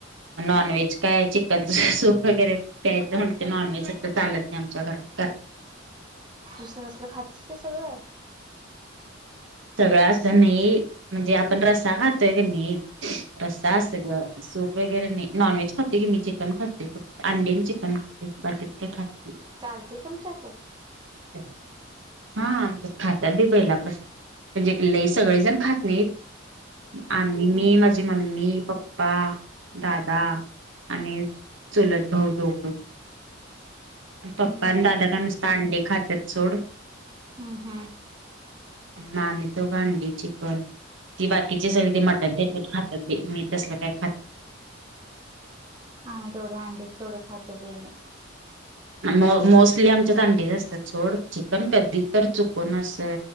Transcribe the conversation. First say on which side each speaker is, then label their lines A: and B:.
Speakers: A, on the right; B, on the right.
A: नॉन व्हेज काय चिकनच सूप. वगैरे या्यायं म्हणते ते नॉन व्हेज तर चालत नाही आमच्या घरात.
B: दुसरं असलं खातच ते सगळं.
A: सगळं असं नाही म्हणजे आपण रसा खातोय की नाही. रस्सा असं ग सूप वगैरे नाही नॉन व्हेज खाते की मी चिकन खाते फक् अंडी चिकन खाते. बाकीचे खात
B: चालते तुमच्या तर.
A: हा आमच खाता पहिल्यापासून. म्हणजे क लई सगळेजण खात नाहीत. आम्हीही
B: हम्म
A: मी
B: हम्म
A: माझी मम्मी पप्पा दादा आणि. चुलत भाऊ दोघ. पप्पा
B: हम्म
A: आणि दादा काय नुसते अंडी खातात सोड.
B: हम्म हम्
A: <unintelligible> अंडी चिकन ती बाकीचे सगळी ते मटन खातात मी तसलं काही खात
B: हम् आम्ही तेवढा अंड्याचा खातो ते नाही
A: म मोस्टली आमच्या तांडीच असतात सोड चिकन कधी तर चुकून अस